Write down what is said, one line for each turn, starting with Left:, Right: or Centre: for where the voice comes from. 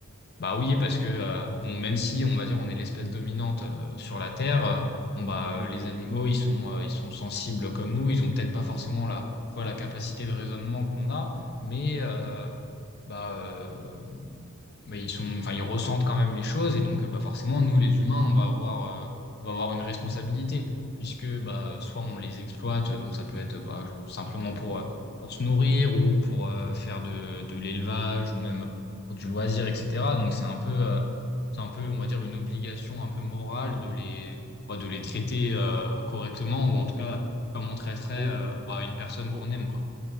Left: bah oui, parce que euh, bon, même si on va dire on est l'espèce dominante euh, sur la Terre, euh, bon bah
Right: Mhm.
Left: euh, les animaux, ils sont, euh, ils sont sensibles comme nous, ils ont peut-être pas forcément la, tu vois, la capacité de raisonnement qu'on a, mais euh, bah euh, bah, ils sont, enfin, ils ressentent quand même les choses et donc euh, bah, forcément, nous les humains, on va avoir, euh, on va avoir une responsabilité puisque bah, soit on les exploite, donc ça peut être bah, je- simplement pour, euh, pour se nourrir ou pour euh, faire de, de l'élevage ou même pour du loisir, etc. Donc c'est un peu, euh, c'est un peu, on va dire, une obligation un peu morale de les, bah, de les traiter euh, correctement ou en tout cas comme on traiterait
Right: Au-
Left: euh, bah, une personne
Right: au-
Left: qu'on aime, quoi.